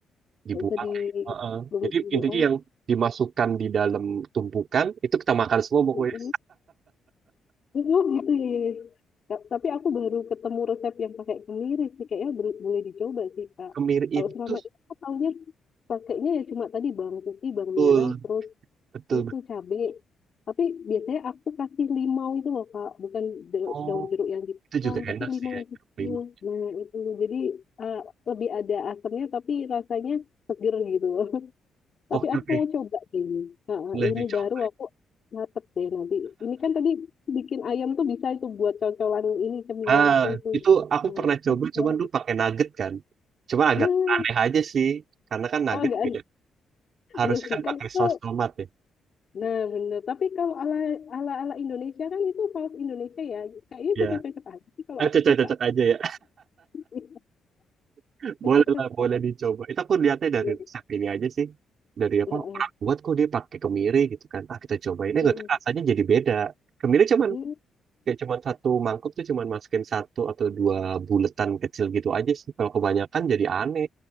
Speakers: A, on the left; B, on the right.
A: nggak
B: dibuang.
A: usah di
B: Heeh.
A: tumis
B: Jadi
A: dulu.
B: intinya
A: Oh.
B: yang dimasukkan di dalam tumpukan itu kita makan semua pokoknya
A: mm Oh gitu ya, ya, ya. Ta- Tapi aku baru ketemu resep yang pakai kemiri sih. Kayaknya bel- boleh dicoba sih, Kak.
B: kemiri
A: Kalau
B: itu
A: selama ini aku taunya pakainya ya cuma tadi bawang putih, bawang
B: betul
A: merah, terus
B: betul
A: itu cabai. Tapi biasanya aku kasih limau itu loh, Kak. Bukan da-
B: Oh,
A: daun jeruk yang dipotong,
B: itu juga
A: tapi
B: enak
A: limau
B: sih ya
A: yang kecil.
B: jeruk limau.
A: Nah, itu. Jadi eh, lebih ada asamnya, tapi rasanya seger gitu.
B: Oke
A: Tapi aku
B: oke,
A: mau coba deh ini. Ha-ha,
B: boleh
A: ilmu
B: dicoba.
A: baru aku catet deh nanti. Ini kan tadi bikin ayam tuh bisa itu buat cocolan ini cemilanku
B: Ah,
A: itu.
B: itu aku
A: Nah,
B: pernah
A: terus
B: coba, cuman
A: ya.
B: dulu pakai nugget kan. Cuma agak
A: Ah,
B: aneh aja sih, karena kan nugget
A: oh agak
B: kayak
A: <laughs>
B: harusnya
A: iya sih
B: kan
A: kan
B: pakai
A: itu.
B: saus tomat ya.
A: Nah bener. Tapi kalau ala ala ala Indonesia kan itu saus Indonesia ya. Kayaknya
B: Ya,
A: cocok-cocok aja sih kalau
B: ah,
A: aku
B: cocok-cocok
A: sih Kak.
B: aja ya.
A: <laughs>
B: <laughs>
A: Cocok-cocok
B: Boleh lah, boleh dicoba. Itu aku lihatnya dari
A: aja.
B: resep ini aja sih. Dari apa
A: Heeh.
B: orang buat kok dia pakai kemiri gitu kan. Ah kita cobain, eh
A: Heeh.
B: nggak tahu, rasanya jadi beda. Kemiri cuma
A: Heeh.
B: kayak cuman satu mangkuk tuh cuman masukin satu atau dua buletan kecil gitu aja sih kalau kebanyakan jadi aneh